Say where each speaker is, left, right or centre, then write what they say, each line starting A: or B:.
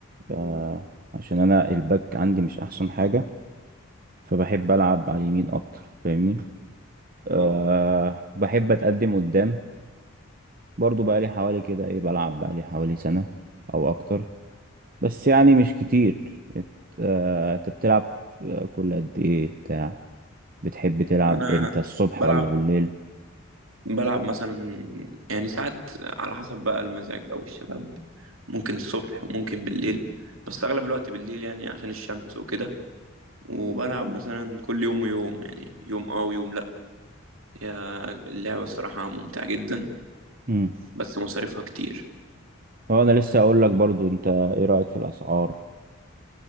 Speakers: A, on the right; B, on the right.
A: آه عشان انا الباك عندي مش احسن حاجه فبحب العب على اليمين اكتر فاهمني أه
B: اه
A: بحب اتقدم قدام برضو بقى لي حوالي كده ايه بلعب بقى لي حوالي سنه او اكتر بس يعني مش كتير إت- آه، انت بتلعب آه، كل قد ايه بتاع بتحب تلعب
B: أنا
A: امتى الصبح
B: بلعب
A: ولا بالليل
B: بلعب مثلا يعني ساعات على حسب بقى المزاج أو الشباب ممكن الصبح وممكن بالليل بس أغلب الوقت بالليل يعني عشان الشمس وكده وبلعب مثلا كل يوم ويوم يعني يوم اه ويوم لأ هي اللعبة الصراحة ممتعة جدا
A: امم
B: بس مصاريفها كتير
A: هو انا لسه اقول لك برضو انت ايه رأيك في الاسعار